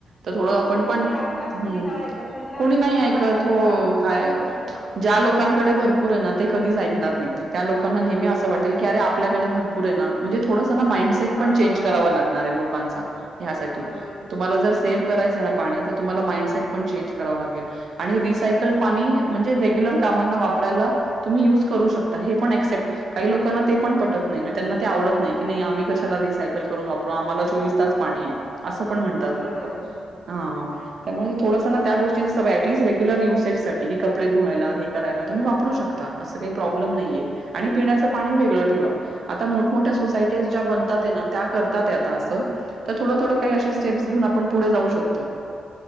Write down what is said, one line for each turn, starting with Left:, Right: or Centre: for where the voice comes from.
Right: तर
Left: को-
Right: थोडं आपण
Left: कोणी
Right: पण
Left: कोणी ऐकतात
Right: हम्
Left: कोणी नाही ऐकत त्यांना
Right: कोणी नाही
Left: क-
Right: ऐकत
Left: काय फरक
Right: हो
Left: पड
Right: काय?
Left: फरक नाही पडत
Right: ज्या लोकांकडे भर. भरपूर आहे ना ते कधी ऐकणार नाहीत त्या लोकांना नेहमी असं वाटेल की अरे आपल्याकडे भरपूर आहे ना. म्हणजे थोड माडसेट
Left: आपल्याला
Right: पण
Left: हा
Right: चेंज कराव लागणार लोकांचा यासाठी
Left: बरोबर आहे
Right: तुम्हाला जर सेव करायचंय ना पाणी तर तुम्हाला माइंडसेट पण चेंज करावं लागेल आणि रिसायकल पाणी म्हणजे रेग्युलर कामांना वापरायला तुम्ही युज करू शकता हे पण क्सेप्ट काही लोकांना ते पण पटत नाही मग त्यांना ते आवडत नाही की नाही आम्ही कशाला रिसायकल करून वार मग आम्हाला चोवीस तास पाणी आहे असं पण म्हणतात
Left: बरोबर
Right: लोक.
Left: आहे
Right: हा त्यामुळे थोडस त्या गोष्टी ऍटलिस्ट रेग्युलर युसेटसाठी हे कपडे धुवायला करायला तुम्ही वापरू शकता असं काही प्रॉब्लेम नाहीये आणि पिण्याचं पाणी वेगळं ठेवा. आता मोठमोठ्या सोसायटीज ज्या बनतात ना त्या करतात आता असं. तर थोडं -थोडं काही असे स्टेप्स घेऊन आपण पुढे जाऊ शकतो